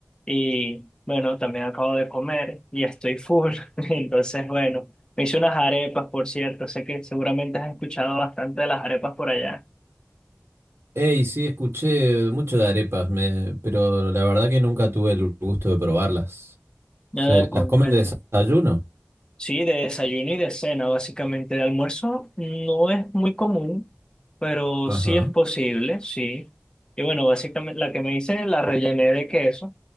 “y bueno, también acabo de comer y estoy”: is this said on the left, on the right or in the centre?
Left